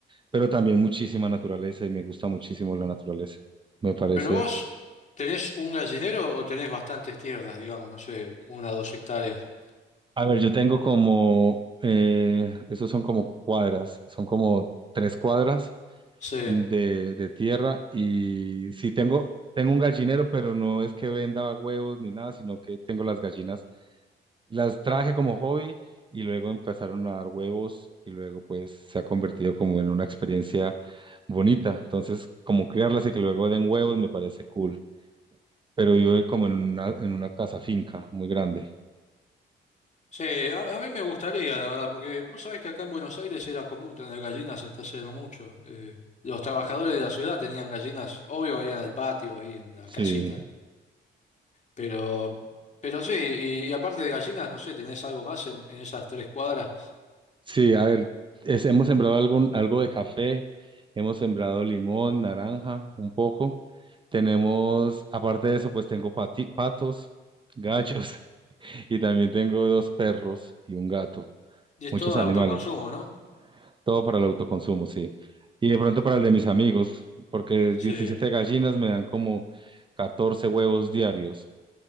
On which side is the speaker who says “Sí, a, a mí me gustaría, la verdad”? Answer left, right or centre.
Left